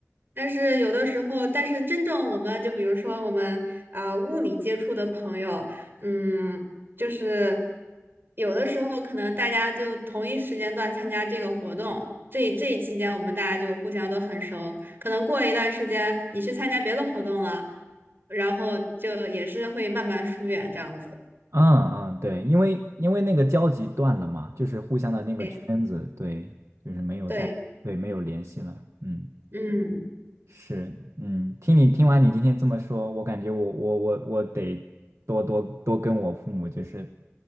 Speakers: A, on the right (about 45°); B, on the right (about 70°).
A: 但是有的时候，但是真正我们就比如说我们啊、呃物理接触的朋友，嗯，就是有的时候可能大家就同一时间段参加这个活动，这这一期间我们大家就互相都很熟，可能过一段时间你去参加别的活动了，然后就也是会慢慢疏远这样子。
B: 嗯嗯，对，因为因为那个交集断了嘛，就是互相的那个圈子，
A: 对
B: 对，就是没有在，
A: 对，
B: 对，没有联系了，嗯。
A: 嗯，
B: 是，嗯，听你听完你今天这么说，我感觉我我我我得多多多跟我父母就是